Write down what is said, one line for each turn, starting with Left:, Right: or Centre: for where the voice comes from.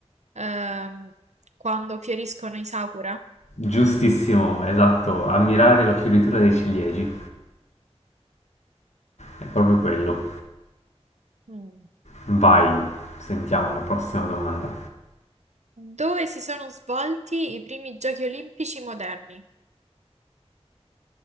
Right: ehm, quando fioriscono i sakura.
Left: Giustissimo, esatto, ammirare la fioritura dei ciliegi. È proprio quello.
Right: Mm.
Left: Vai, sentiamo la prossima domanda.
Right: Dove si sono svolti i primi giochi olimpici moderni?